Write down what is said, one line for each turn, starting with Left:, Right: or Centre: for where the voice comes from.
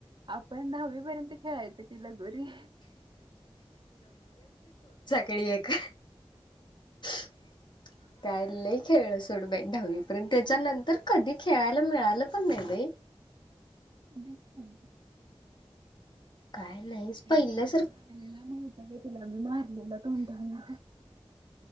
Right: आपण दहावीपर्यंत खेळायचं कि लगोरी
Left: केळी एक का <unintelligible> त्याय ल खेळलं सोड बाई दहावीपर्यंत त्याच्यानंतर कधी खेळायला मिळालं पण नाही राई
Right: मीध
Left: काय नाहीच पहिल्यासारख
Right: एकदा बोल लागलेला माहित आहे तिला मी मारलेला तोंडाना